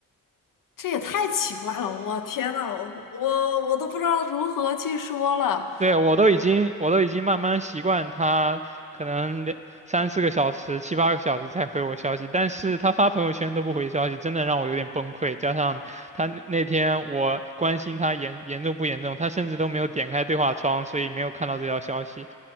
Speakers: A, on the left; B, on the right.
A: 这也太奇怪了。我天呐，我我我都不知道如何去说了。
B: 对，我都已经，我都已经慢慢习惯他可能两三四个小时、七八个小时才回我消息，但是他发朋友圈都不回消息，真的让我有点崩溃。加上他那那天我关心他严严重不严重，他甚至都没有点开对话窗，所以没有看到这条消息，